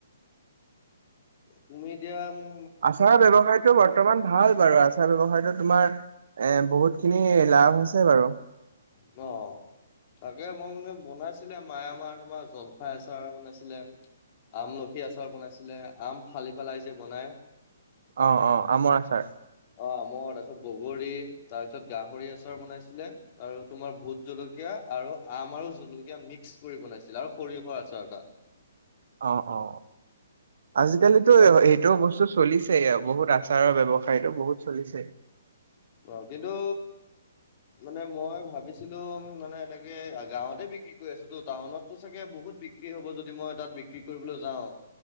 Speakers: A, on the left; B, on the right.
A: তুমি এতিয়া মো
B: আচাৰ ব্যৱসায়টো বৰ্তমান ভাল বাৰু আচাৰ ব্যৱসায়টো তোমাৰ এ বহুত খিনি লাভ হৈছে বাৰু
A: অ তাকে মই মানে বনাইছিলে মায়ে আমাৰ তোমাৰ জলফাই আচাৰ বনাইছিলে আমলখি আচাৰ বনাইছিলে আম ফালি পেলাই যে বনায়
B: অ অ আমৰ আচাৰ
A: অ আমৰ তাৰপিছত বগৰী তাৰপিছত গাহৰিৰ আচাৰ বনাইছিলে আৰু তোমাৰ ভোট জলকীয়া আৰু আম আৰু জলকীয়া মিক্স কৰি বনাইছিলে আৰু সৰিয়হৰ আচাৰ এটা <inaudible>
B: অ অ আজিকালিতো
A: এতিয়া
B: এইট এইটো বস্তু চলিছে বহুত আচাৰৰ ব্যৱসায়টো বহুত চলিছে
A: অ কিন্তু মানে মই ভাবিছিলো মানে এনেকে গাঁৱতে বিক্ৰী কৰি আছো তো টাউনতটো চাগে বহুত বিক্ কী হব যদি মই তাত বিক্ৰী কৰিবলৈ যাও